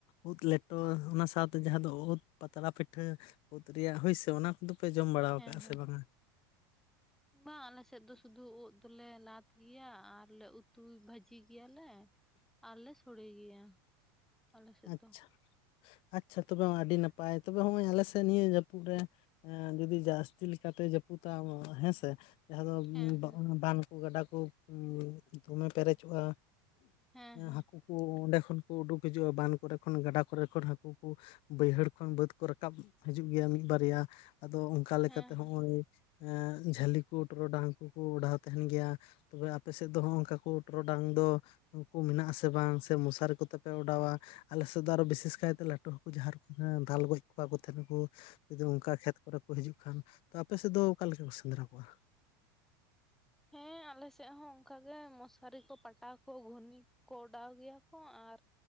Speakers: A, on the left; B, in the centre.
A: ᱩᱫ ᱞᱮᱴᱚ ᱚᱱᱟ ᱥᱟᱶᱛᱮ ᱡᱟᱦᱟᱸ ᱫᱚ ᱩᱫ ᱯᱟᱛᱲᱟ ᱯᱤᱴᱷᱟᱹ ᱩᱫ ᱨᱮᱭᱟᱜ ᱦᱳᱭᱥᱮ ᱚᱱᱟ ᱠᱚᱫᱚ ᱯᱮ ᱡᱚᱢ ᱵᱟᱲᱟᱣ
B: ᱦᱮᱸ
A: ᱟᱠᱟᱜᱼᱟ
B: ᱦᱮᱸ
A: ᱥᱮ ᱵᱟᱝᱟ?
B: ᱵᱟᱝ ᱟᱞᱮ ᱥᱮᱫ ᱫᱚ ᱥᱩᱫᱷᱩ ᱩᱫ ᱫᱚᱞᱮ ᱞᱟᱫ ᱜᱮᱭᱟ ᱟᱨ ᱞᱮ ᱩᱛ ᱛᱩᱭ ᱵᱷᱟᱹᱡᱤ ᱜᱮᱭᱟᱞᱮ ᱟᱨᱞᱮ ᱥᱚᱲᱮ ᱜᱮᱭᱟ। ᱟᱞᱮ ᱥᱮᱫ
A: ᱟᱪᱪᱷᱟ
B: ᱫᱚ
A: ᱟᱪᱪᱷᱟ ᱛᱚᱵᱮ ᱟᱹᱰᱤ ᱱᱟᱯᱟᱭ ᱛᱚᱵᱮ ᱱᱚᱜᱼᱚᱭ ᱟᱞᱮ ᱥᱮᱫ ᱱᱤᱭᱟᱹ ᱡᱟᱹᱯᱩᱫ ᱨᱮ ᱮᱸ ᱡᱩᱫᱤ ᱡᱟᱹᱥᱛᱤ ᱞᱮᱠᱟᱛᱮ ᱡᱟᱹᱯᱩᱫᱟ ᱦᱮᱸᱥᱮ। ᱡᱟᱦᱟᱸ ᱫᱚ
B: ᱦᱮᱸ ᱦᱮᱸ
A: ᱵᱟᱸᱫᱷ ᱠᱚ ᱜᱟᱰᱟ ᱠᱚ ᱫᱚᱢᱮ ᱯᱮᱨᱮᱡᱚᱜᱼᱟ।
B: ᱦᱮᱸ ᱦᱮᱸ
A: ᱦᱟᱹᱠᱩ ᱠᱩ ᱚᱸᱰᱮ ᱠᱷᱚᱱ ᱠᱚ ᱩᱰᱩᱠ ᱦᱤᱡᱩᱜᱼᱟ ᱵᱟᱸᱱ ᱠᱚᱨᱮ ᱠᱷᱚᱱ ᱜᱟᱰᱟ ᱠᱚᱨᱮ ᱠᱷᱚᱱ ᱦᱟᱠᱩ ᱠᱩ ᱵᱟᱹᱭᱦᱟᱹᱲ ᱠᱷᱚᱱ ᱵᱟᱹᱫᱽ ᱠᱚ ᱨᱟᱠᱟᱵ ᱦᱤᱡᱩᱜ ᱜᱮᱭᱟ ᱢᱤᱫ ᱵᱟᱨᱭᱟ ᱟᱫᱚ ᱚᱱᱠᱟ ᱞᱮᱠᱟᱛᱮ
B: ᱦᱮᱸ ᱦᱮᱸ
A: ᱦᱚᱜᱼᱚᱭ ᱡᱷᱟᱹᱞᱤ ᱠᱚ ᱴᱚᱨᱚᱰᱟᱝ ᱠᱩ ᱠᱚ ᱚᱰᱟᱣ ᱛᱟᱸᱦᱮᱱ ᱜᱮᱭᱟ। ᱛᱚᱵᱮ ᱟᱯᱮ ᱥᱮᱫ ᱫᱚ ᱦᱚᱸᱜᱼᱝᱠᱟ ᱠᱚ ᱴᱚᱨᱚᱰᱟᱝ ᱫᱚ ᱠᱚ ᱢᱮᱱᱟᱜ ᱟᱥᱮ ᱵᱟᱝ ᱥᱮ ᱢᱚᱥᱟᱨᱤ ᱠᱚᱛᱮᱯᱮ ᱚᱰᱟᱣ-ᱟ ᱟᱞᱮᱥᱮᱫ ᱫᱚ ᱟᱨᱚ ᱵᱤᱥᱮᱥ ᱠᱟᱭᱛᱮ ᱞᱟᱹᱴᱩ <unintelligible> ᱠᱚ ᱫᱟᱞ ᱜᱚᱡ ᱠᱚᱣᱟ ᱠᱚ ᱛᱟᱦᱮ ᱱᱟᱠᱩ ᱡᱩᱫᱤ ᱱᱚᱱᱠᱟ ᱠᱷᱮᱛ ᱠᱚᱨᱮ ᱠᱚ ᱦᱤᱡᱩᱜ ᱠᱷᱟᱱ ᱛᱚ ᱟᱯᱮ ᱥᱮᱫ ᱫᱚ ᱚᱠᱟ ᱞᱮᱠᱟ ᱠᱚ ᱥᱮᱸᱫᱽᱨᱟ ᱠᱚᱜᱣᱟ
B: ᱦᱮᱸ ᱟᱞᱮᱥᱮᱫ ᱦᱚᱸ ᱚᱱᱠᱟ ᱜᱮ ᱢᱚᱥᱟᱨᱤ ᱛᱮ ᱯᱟᱴᱟᱣ ᱦᱚᱭ ᱜᱷᱚᱱᱤ ᱠᱚᱠᱚ ᱚᱰᱟᱣ ᱜᱮᱭᱟ ᱠᱚ ᱟᱨ